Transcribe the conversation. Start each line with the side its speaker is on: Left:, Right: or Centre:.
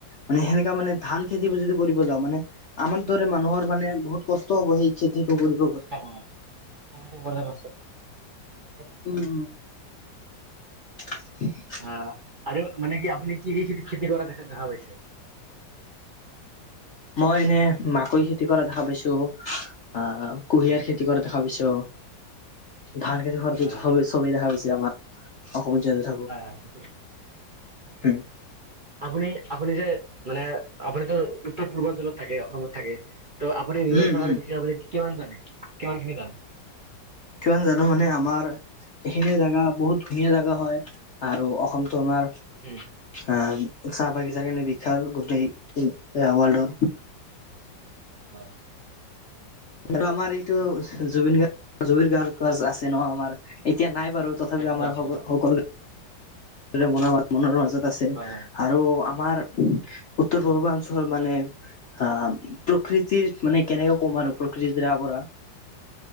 Left: মানে সেনেকা মানে ধান খেতিবোৰ যদি কৰিব যাওঁ, মানে আমাৰ দৰে মানুহৰ মানে বহুত কষ্ট হ'ব সেই‌ খেতি কৰি‌
Right: কষ্ট হয়, <unintelligible> কষ্ট হয়।
Left: উম উম <unintelligible>
Right: অ', আৰু মানে কি আপুনি কি, কি খেতি খেতি কৰা দেখা, দেখা পাইছে?
Left: মই এনে মাকৈ, খেতি কৰা দেখা পাইছোঁ, আহ কুঁহিয়াৰ
Right: উম
Left: খেতি খেতি কৰা দেখা পাইছো, ধান খেতি কৰাটো
Right: হয়
Left: স চবেই দেখা পাইছে আমাৰ। অসমত জলে থাকে,
Right: হয় হয় সেইটোৱে।
Left: উম।
Right: আপুনি, আপুনি যে মানে, আপুনিতো উত্তৰ পূৰ্বাঞ্চলত থাকে অসমত থাকে, ত' আপুনি নিজৰ
Left: উম
Right: জোগাৰ
Left: উম
Right: বিশষে কিমান জানে, কিমান খিনি জানে।
Left: কিমান জানো মানে আমাৰ এইখিনি জেগা বহুত ধুনীয়া জেগা হয়, আৰু অসমতো আমাৰ
Right: উম,
Left: আহ, চাহ-বাগিচাৰ কাৰণে বিখ্যাত গোটেই ৱৰ্ল্ডত।
Right: হয়।
Left: আমাৰ এইটো জুবিন গাৰ্গ জুবিন গাৰ্গ আছে ন আমাৰ এতিয়া নাই বাৰু। তথাপি
Right: সেইটোতো
Left: আমাৰ
Right: আছে
Left: স
Right: হয়
Left: সকলো মনৰ, মনৰ মাজত আছে
Right: হয় হয়
Left: আৰু আমাৰ পূৰ্বাঞ্চল হ প্ৰকৃতিৰ মানে কেনেকে কম আৰু প্ৰকৃতি আৱঢ়া